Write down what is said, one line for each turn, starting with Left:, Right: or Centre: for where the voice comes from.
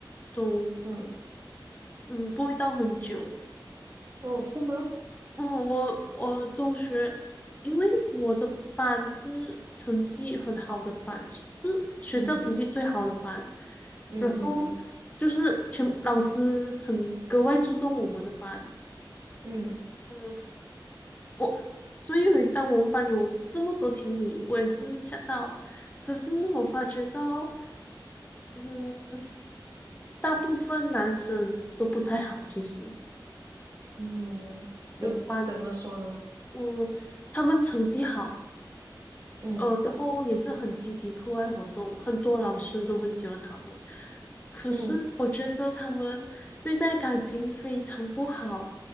Left: 都
Right: 嗯，
Left: 嗯不会到很久。
Right: 哦，是吗？
Left: 嗯，我我中学，因为我的班是成绩很好的班，是学校成绩最好的班，
Right: 嗯嗯嗯嗯
Left: 然后就是全老师很格外注重我们的班。
Right: 嗯
Left: 嗯，我所以每当我们班有这么多情侣，我也是吓到。可是我发觉到。嗯，大部分男生都不太好，其实
Right: 嗯，
Left: 我班，
Right: 怎怎么说呢？
Left: 嗯，他们成绩好，
Right: 嗯
Left: 呃，然后也是很积极课外活动，很多老师都很喜欢他们。可是我觉得他们对待感情非常不好，
Right: 嗯